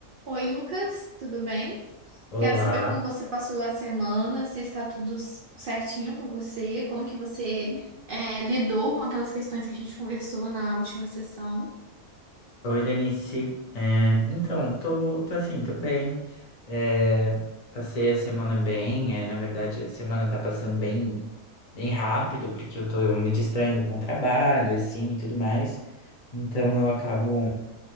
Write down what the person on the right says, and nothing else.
Oi, Lucas, tudo bem?
Quero saber como você passou a semana, se está tudo s- certinho com você, como que você é, lidou com aquelas questões que a gente conversou na última sessão.